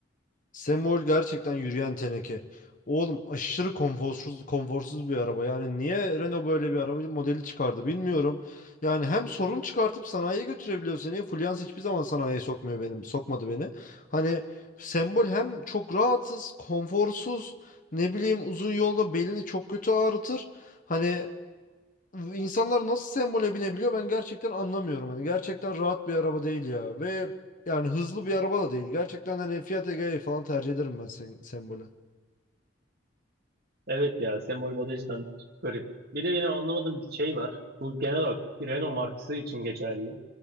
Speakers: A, on the left; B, on the right.
A: Semol gerçekten yürüyen teneke. Oğlum aşırı konforsuz, konforsuz bir araba. Yani niye Renault böyle bir araba modeli çıkardı bilmiyorum. Yani hem sorun çıkartıp sanayiye götürebiliyor seni. Fluence hiçbir zaman sanayiye sokmuyor benim, sokmadı beni. Hani Sembol hem çok rahatsız, konforsuz, ne bileyim uzun yolda belini çok kötü ağrıtır. Hani İnsanlar nasıl sembole binebiliyor ben gerçekten anlamıyorum. Hani gerçekten rahat bir araba değil ya. Ve yani hızlı bir araba da değil. Gerçekten hani Fiat Egea falan tercih ederim ben sen, sembole.
B: Evet ya Sembol modeli cidden garip. Bir de benim anlamadığım bir şey var. Bu genel olarak Renault markası için geçerli.